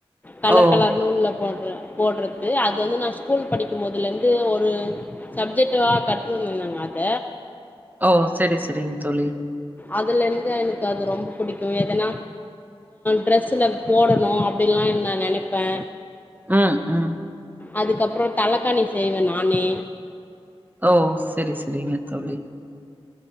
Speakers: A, on the left; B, on the right.
A: கலர்
B: ஓ!
A: கலர்நூல்ல போட்ற போட்றது அது வந்து நா ஸ்கூல் படிக்கும் போதுல இருந்து ஒரு சப்ஜெக்டா கத்துகுனோங்க அத
B: ஓ சேரி சேரிங்க தோழி
A: அதுல இந்து எனக்கு அது ரொம்ப புடிக்கும் எதனா ட்ரெஸ்ல போடணு அப்டில்லா நா நெனைப்பே
B: அஹம் உஹம்
A: அதுக்கப்புறோ தலக்கானி செய்வே நானே
B: ஓ சேரி சேரிங்க தோழி